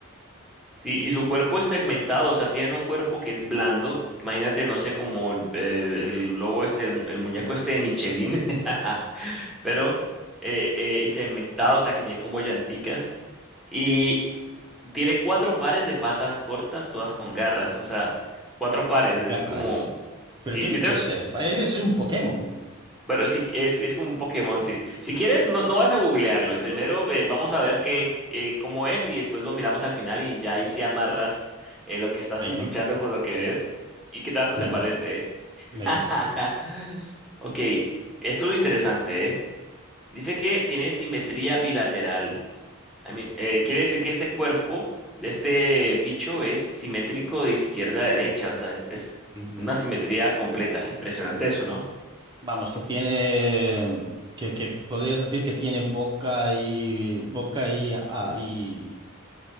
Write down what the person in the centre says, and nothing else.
Sí, y su cuerpo es segmentado, o sea, tienen un cuerpo que es blando. Imagínate, no sé, como el, eh, el logo este, el, mu- el muñeco este de Michelin, <laughs> pero eh, eh, y segmentado, o sea, que tiene como llanticas. Y tiene cuatro pares de patas cortas, todas con garras, o sea, cuatro pares.
Es
como, si,
si
te,
Bueno, sí, es, es como un Pokémon, sí. Si quieres, no, no vas a googlearlo. eh. Primero eh, vamos a ver qué, eh, cómo es y después lo miramos al final y ya ahí sí amarras eh, lo que estás
escuchando con lo que ves y qué tanto
se parece. eh.
<laughs> Ok, esto es lo interesante, ¿eh? Dice que tiene simetría bilateral. I mean, eh, quiere decir que este cuerpo de este bicho es simétrico de izquierda a derecha, o sea, es, es
una simetría completa. Impresionante eso, ¿no?